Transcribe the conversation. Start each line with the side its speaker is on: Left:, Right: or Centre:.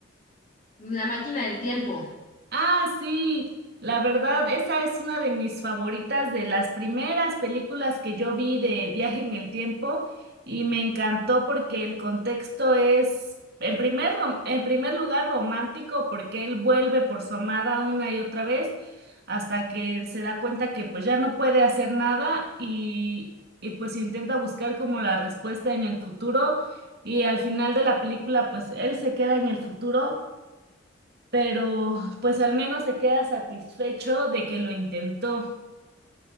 Left: La máquina del tiempo.
Right: Ah, sí, la verdad, esa es una de mis favoritas, de las primeras películas que yo vi de Viaje en el Tiempo y me encantó porque el contexto es, en primer, rom- en primer lugar, romántico porque él vuelve por su amada una y otra vez hasta que se da cuenta que pues ya no puede hacer nada y, y pues intenta buscar como la respuesta en el futuro y al final de la película pues él se queda en el futuro pero pues al menos se queda satisfecho de que lo intentó.